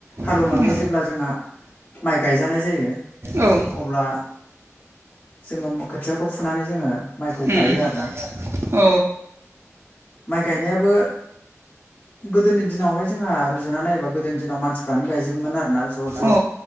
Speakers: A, on the left; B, on the right.
A: हालेवनानै
B: उम
A: जेब्ला जोंहा माइ गायजानाय जायो।
B: औ उम
A: अब्ला जोङो खोथिया। खौ फुनानै जोङो माइखौ
B: उम
A: गायो आरोना।
B: औ
A: माइ गायनायाबो। गोदोनि दिनावहाय जोंहा रुजुना नायोबा गोदोनि दिनाव मानसिफ्रानो गायजोबोमोन आरोना ज' ज'।
B: अ